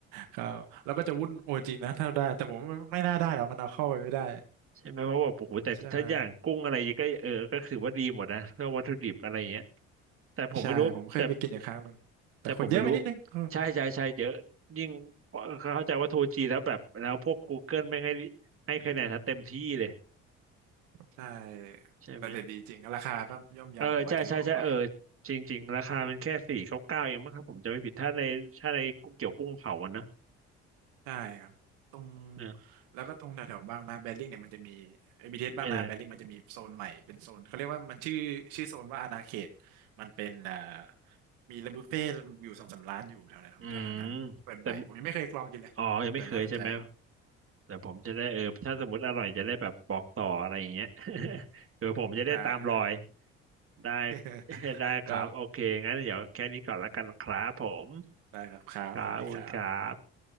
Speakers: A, on the right; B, on the right.
A: ครับแล้วก็จะวุ่นโอจริงนะถ้าได้แต่ผมไม่ไม่น่าได้หรอกมันเอาเข้าไปไม่ได้
B: ใช่ไหมเพราะว่าโอ้โหแต่ถ้าอย่างกุ้งอะไรก็เออก็ถือว่าดีหมดนะเพื่อวัตถุดิบอะไรเงี้ย
A: ใช่ไหม
B: แต่ผมไม่รู้แต่
A: ใช่ผมเคยไปกินอยู่ครั้งหนึ่งแต่คนเยอะไปนิดนึงเออ
B: แต่ผมไม่รู้ใช่ใช่ใช่เยอะยิ่งเข้าใจว่าทูจีนแล้วแบบแล้วพวก Google ไม่งให้ให้คะแนนถ้าเต็มที่เลย
A: ใช่
B: ใช่ไหม
A: แต่แต่ดีจริง ราคาก็ย่อมเยาไหวถือว่าไหว
B: เออใช่ใช่ใช่เออจริงๆราคามันแค่สี่เก้าเก้าเองมั้งครับผมจะไม่ผิดถ้าในถ้าในกุ้งเกี่ยวกุ้งเผาอะนะ
A: ใช่ครับตรง
B: เนี่ย
A: แล้วก็ตรงแถวๆบางนาแบริ่งเนี่ยมันจะมีไอบีทีเอสบางนาแบริ่งมันจะมีโซนใหม่เป็นโซนเขาเรียกว่ามันชื่อชื่อโซนว่าอาณาเขต
B: เนี่ย
A: มันเป็นอ่ามีร้านบุฟเฟ่ต์อยู่สองสามร้านอยู่แถวๆแถวๆนั้นเปิดใหม่ผมยังไม่เคยลองกินเลยแต่น่าสนใจ
B: อืม แต่อ๋อยังไม่เคยใช่ไหม แต่ผมจะได้เออถ้าสมมติอร่อยจะได้แบบบอกต่ออะไรอย่างเงี้ย <laughs> คือผมจะได้ตามรอย
A: ได้ได้
B: ได้
A: <laughs>
B: <laughs> ได้ครับ
A: ก็
B: โอเค งั้นเดี๋ยวแค่นี้ก่อนละกันครับผม
A: ได้ครับครับสวัสดีครับ
B: ครับขอบคุณครับ